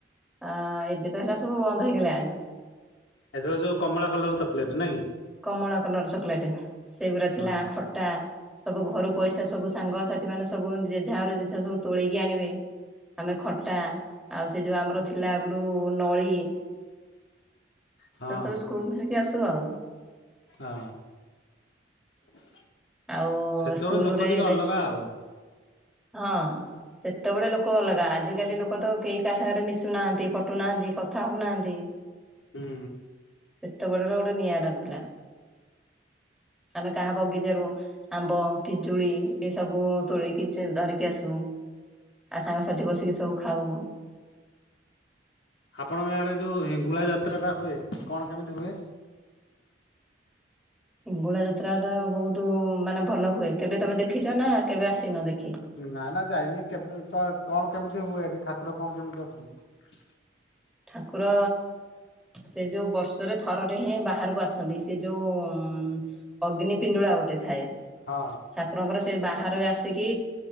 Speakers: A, in the centre; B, on the left (about 75°).
A: ଆଁ ଏବେ ତ ହେରା ସବୁ ବନ୍ଦ ହେଇଗଲାଣି।
B: ଏଥିର ଯୋଉ କମଳା କଲର ଚକୋଲେଟ ନା କି।
A: କମଳା କଲର ଚକୋଲେଟ ସେଗୁଡା ଥିଲା
B: ହଁ
A: ଖଟା ସବୁ ଘରୁ ପଇସା ସବୁ ସାଙ୍ଗସାଥି ମାନେ ସବୁ ଜେଝା ଘରୁ ଜେଝା ସବୁ ତୋଳିକି ଆଣିବେ। ଆମେ ଖଟା ଆଉ ସେ ଯୋଉ ଆମର ଥିଲା ଆଗରୁ ନଳୀ।
B: ହଁ
A: ସେ ସବୁ ସ୍କୁଲ ଧରିକି ଆସୁ ଆଉ
B: ହଁ <inaudible>
A: ଆଉ
B: ସେତେବେଳେ
A: ସ୍କୁଲରେ
B: ଲୋକ ଟିକେ
A: ଏବେ
B: ଅଲଗା ଆଉ
A: ହଁ। ସେତେବେଳେ ଲୋକ ଅଲଗା ଆଜିକାଲି ଲୋକ ତ କେହି କାହା ସାଙ୍ଗରେ ମିଶୁନାହାନ୍ତି ପଟୁନାହାନ୍ତି କଥା ହଉନାହାନ୍ତି।
B: ହୁଁ।
A: ସେତେ ବଡର ଗୋଟେ ନିଆରା ଥିଲା ଆମେ କାହା ବଗିଚାରୁ ଆମ୍ବ ପିଜୁଳି ଏ ସବୁ ତୋଳକି ଧରିକି ଆସୁ। ଆଉ ସାଙ୍ଗସାଥି ବସିକି ସବୁ ଖାଉ।
B: ଆପଣଙ୍କ ଗାଁରେ ଯୋଉ ହେଙ୍ଗୁଳା ଯାତ୍ରା ଟା ହୁଏ କଣ କେମିତି ହୁଏ?
A: ହିଙ୍ଗୁଳା ଯାତ୍ରା ତା ବହୁତ ମାନେ ଭଲ ହୁଏ କେବେ ତମେ ଦେଖିଛ ନା କେବେ ଆସିନ ଦେ
B: ନା ନା ଯାଇନି କେବେ ତ କଣ କେମିତି ହୁଏ ଏଠି ଠାକୁର କଣ କେମିତି ଅଛନ୍ତି?
A: ଠାକୁର ସେ ଯୋଉ ବର୍ଷରେ ଥରରେ ହିଁ ବାହାରକୁ ଆସନ୍ତି ସେ ଯୋଉ ଉଁ ଅଗ୍ନି ପିଣ୍ଡୁଳା ଗୋଟେ ଥାଏ।
B: ହଁ।
A: ଠାକୁରଙ୍କର ସେ ବାହାରୁ ଆସିକି